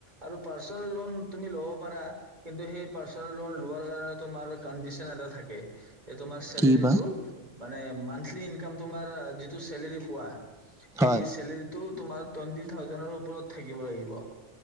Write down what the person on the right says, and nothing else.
আৰু পাৰ্চনেল ল'ন তুমি ল'ব পাৰা, কিন্তু সেই পাৰ্চনেল ল'ন লোৱাৰ কাৰণে তোমাৰ কাণ্ডিচন এটা থাকে। এই তোমাৰ চেলেৰীটো
মানে মান্থলি ইনকাম তোমাৰ, যিটো চেলেৰী পোৱা সেই
চে টো তোমাৰ টুৱেণ্টি থাউজেণ্ডৰ ওপৰত থাকিব লাগিব।